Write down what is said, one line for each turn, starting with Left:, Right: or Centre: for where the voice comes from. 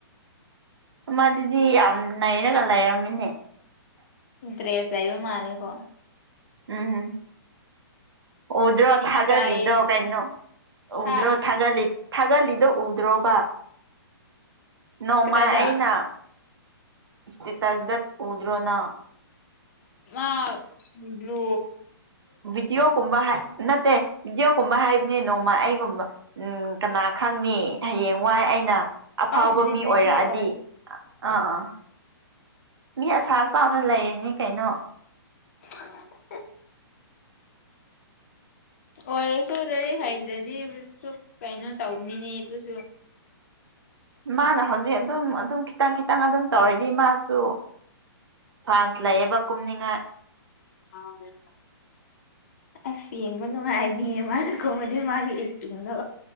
Right: ꯃꯗꯨꯗꯤ ꯌꯥꯝ ꯅꯩꯔꯒ ꯂꯩꯔꯝꯃꯤꯅꯦ
Left: ꯇ꯭ꯔꯦꯁ ꯂꯩꯕ ꯃꯥꯂꯦꯀꯣ
Right: ꯎꯝ ꯎꯗ꯭ꯔꯣ
Left: ꯗꯤ
Right: ꯊꯒꯂꯗꯣ
Left: ꯏꯀꯥꯏꯌꯦ
Right: ꯀꯩꯅꯩꯅꯣ
Left: ꯍꯥ
Right: ꯎꯗ꯭ꯔꯣ ꯊꯒꯂ ꯊꯥꯒꯠꯂꯤꯗꯣ ꯎꯗ꯭ꯔꯣꯕ ꯅꯣꯡꯃ
Left: ꯀꯗꯥꯏꯗ
Right: ꯑꯩꯅ ꯏꯁꯇꯤꯇꯥꯖꯗ ꯎꯗ꯭ꯔꯣꯅ
Left: ꯑ ꯏ꯭ꯂ
Right: ꯕꯤꯗꯤꯑꯣ ꯀꯨꯝꯕꯥ ꯍꯥꯏꯦ ꯅꯠꯇꯦ ꯕꯤꯗꯤꯑꯣꯒꯨꯝꯕ ꯍꯥꯏꯕꯅꯤ ꯅꯣꯡꯃ ꯑꯩꯒꯨꯝꯕ ꯎꯝ ꯀꯅꯥ ꯈꯪꯅꯤ ꯍꯌꯦꯡ ꯋꯥꯏ ꯑꯩꯅ ꯑꯐꯥꯎꯕ
Left: ꯑꯥ ꯁꯦꯂꯤꯕ꯭ꯔꯤꯇꯤ
Right: ꯃꯤ ꯑꯣꯏꯔꯛꯑꯗꯤ
Left: ꯑꯣꯏ
Right: ꯑꯥ ꯑꯥ ꯃꯤ ꯑꯁꯥ ꯆꯥꯎꯅ ꯂꯩꯔꯤꯅꯤ ꯀꯩꯅꯣ
Left: ꯍ ꯑꯣꯏꯔꯁꯨ ꯂꯥꯏꯔꯤꯛ ꯍꯩꯗ꯭ꯔꯗꯤ ꯁꯨ ꯀꯩꯅꯣ ꯇꯧꯕꯅꯤꯅꯦ ꯑꯗꯨꯁꯨ
Right: ꯃꯥꯅ ꯍꯧꯖꯤꯛ ꯑꯗꯨꯝ ꯑꯗꯨꯝ ꯈꯤꯇꯪ ꯈꯤꯇꯪ ꯑꯗꯨꯝ ꯇꯧꯔꯗꯤ ꯃꯥꯁꯨ ꯐ꯭ꯔꯥꯟꯁꯂꯑꯕ ꯀꯨꯝꯅꯤꯉ
Left: ꯑꯦ ꯑꯁ ꯌꯦꯡꯕ ꯅꯨꯡꯉꯥꯏꯅꯤꯌꯦ ꯃꯥꯅ ꯀꯣꯃꯗꯤ ꯃꯥꯒꯤ ꯑꯦꯛꯇꯤꯡꯗꯣ